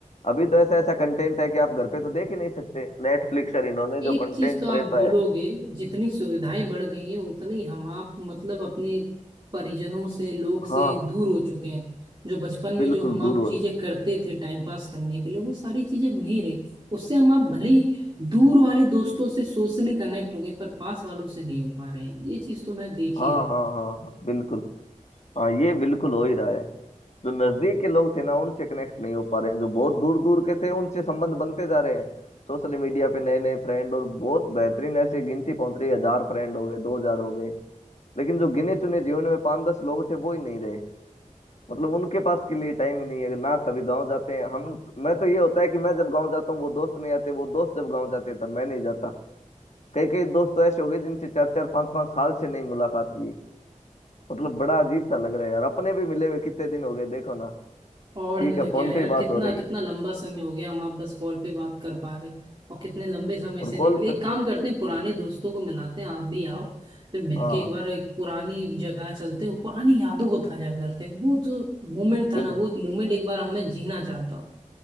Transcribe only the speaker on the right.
एक
चीज तो
आप बोलोगे
जितनी सुविधाएं बढ़ गई हैं उतनी हम आप मतलब अपने परिजनों से लोग से
दूर हो चुके हैं जो बचपन में
जो हम
आप
चीजें करते थे टाइम पास करने के लिए वो सारी चीजें अब नहीं रही उससे हम आप भले ही दूर वाले दोस्तों से सोशली कनेक्ट हो गए पर पास वालों से नहीं हो पा रहे हैं ये चीज तो मैं देख
ही रहा हूँ
और
नहीं तो
क्या यार
कितना
कितना
लंबा समय हो गया हम आप बस कॉल पे बात कर पा रहे हैं और कितने लंबे समय
से नहीं
मिले एक
काम करते हैं पुराने दोस्तों को मिलाते हैं आप भी आओ फिर मिलके
एक बार एक पुरानी जगह चलते हैं पुरानी यादों को ताजा करते हैं वो जो मोमेंट था
ना वो एक मोमेंट एक बार हमें जीना चाहता हूँ